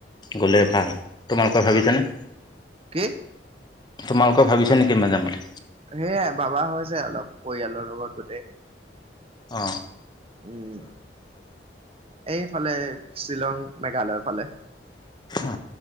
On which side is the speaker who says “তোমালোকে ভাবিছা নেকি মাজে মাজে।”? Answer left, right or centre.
Left